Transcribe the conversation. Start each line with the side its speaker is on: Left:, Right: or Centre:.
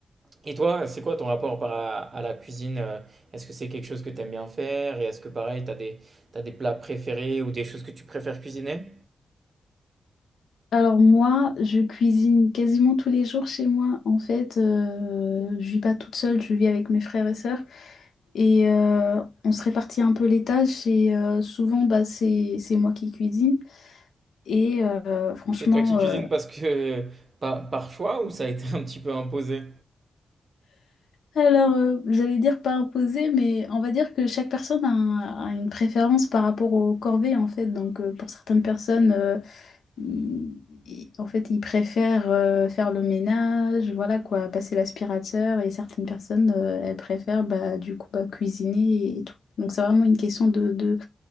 Right: Et toi, c'est quoi ton rapport par à, à la cuisine? euh, Est-ce que c'est quelque chose que tu aimes bien faire? Et est-ce que pareil, tu as des, t'as des plats préférés ou des choses que tu préfères cuisiner?
Left: Alors moi, je cuisine quasiment tous les jours chez moi. En fait, euh, je vis pas toute seule, je vis avec mes frères et sœurs. Et euh, on se répartit un peu les tâches et euh, souvent bah, c'est c'est moi qui cuisine. Et euh, franchement,
Right: C'est toi qui cuisines
Left: euh,
Right: parce que par, par choix ou ça a été un petit peu imposé?
Left: Alors, euh, j'allais dire pas imposé, mais on va dire que chaque personne a, un- a une préférence par rapport aux corvées, en fait. Donc, euh, pour certaines personnes, euh, ils- ils- en fait, ils préfèrent euh, faire le ménage, voilà quoi, passer l'aspirateur, et certaines personnes, euh, elles préfèrent bah, du coup bah, cuisiner et tout. Donc, c'est vraiment une question de, de,